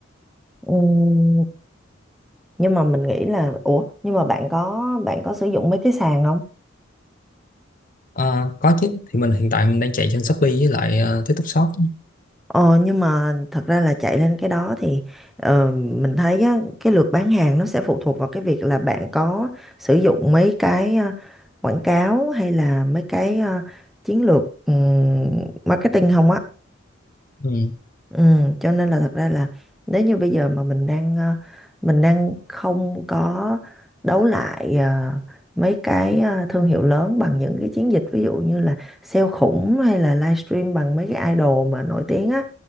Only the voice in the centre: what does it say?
ừ. Nhưng mà mình nghĩ là, ủa, nhưng mà bạn có bạn có sử dụng mấy cái sàn không?
Ờ, nhưng mà thật ra là chạy lên cái đó thì ờ, mình thấy á, cái lượt bán hàng nó sẽ phụ thuộc vào cái việc là bạn có sử dụng mấy cái ờ, quảng cáo hay là mấy cái ờ, chiến lược ừm, marketing không á.
Ừ, cho nên là thật ra là nếu như bây giờ mà mình đang ờ, mình đang không có đấu lại ờ, mấy cái ờ, thương hiệu lớn bằng những cái chiến dịch ví dụ như là sale khủng hay là livestream bằng mấy cái idol mà nổi tiếng á